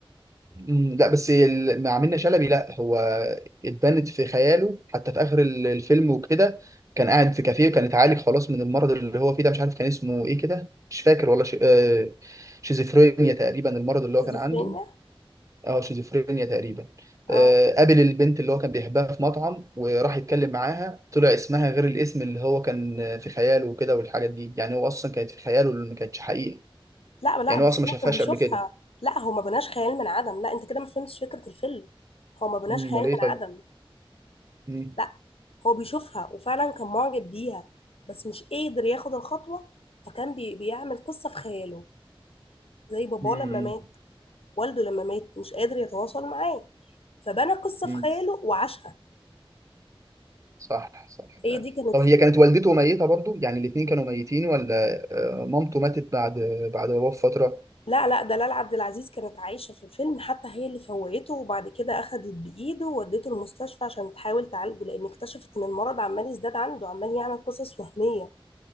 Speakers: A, on the right; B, on the left.
A: مم، لا بس ال- مع منة شلبي لا هو اتبنت في خياله حتى في اخر ال- الفيلم وكده كان قاعد في كافيه وكان اتعالج خلاص من المرض اللي هو فيه ده مش عارف كان اسمه ايه كده مش فاكر والله ش... آه، شيزوفرينيا تقريبا المرض اللي
B: شيزوفرينيا
A: هو كان عنده اه شيزوفرينيا تقريبا
B: اه
A: آه، قابل البنت اللي هو كان بيحبها في مطعم وراح يتكلم معاها طلع اسمها غير الاسم اللي هو كان آه، في خياله وكده والحاجات دي يعني هو اصلا كانت في خياله اللي ما كانتش حقيقة
B: لا لا
A: يعني
B: بس
A: هو اصلا ما
B: هو
A: شافهاش
B: كان بيشوفها
A: قبل كده
B: لا هو ما بناش خيال من عدم لا انت كده ما فهمتش فكره الفيلم هو ما بناش
A: مم،
B: خيال
A: امال
B: من
A: ايه
B: عدم
A: طيب مم،
B: لا هو بيشوفها وفعلا كان معجب بيها بس مش قادر ياخد الخطوه فكان بي بيعمل قصه في خياله زي باباه
A: مم،
B: لما مات والده لما مات مش قادر يتواصل معاه فبنى قصه
A: مم.
B: في خياله وعاشها
A: صح صح
B: هي
A: فعلا
B: دي كانت
A: طب
B: فكره
A: هي كانت والدته ميتة برضو يعني الاتنين كانوا ميتين ولا آه، مامته ماتت بعد بعد وفاة فترة
B: لا لا دلال عبد العزيز كانت عايشة في الفيلم حتى هي اللي فوقته وبعد كده أخدت بإيده وودته المستشفى عشان تحاول تعالجه لأن اكتشفت إن المرض عمال يزداد عنده عمال يعمل قصص وهمية